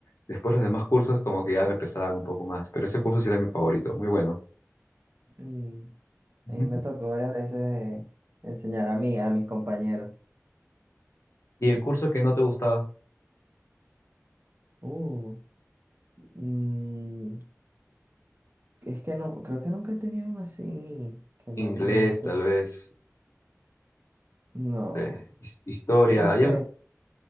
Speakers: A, on the left (about 65°); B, on the right (about 45°).
A: Después los demás cursos como que ya me pesaban un poco más, pero ese curso sí era mi favorito, muy bueno.
B: Y, y
A: Ujú.
B: me tocó varias veces eh, enseñar a mí, a mis compañeros.
A: ¿Y el curso que no te gustaba?
B: Uh, mm, Es que no, creo que nunca he tenido una así que no
A: Inglés,
B: me guste
A: tal
B: mucho.
A: vez,
B: No,
A: eh, his- historia.
B: no sé.
A: Hay,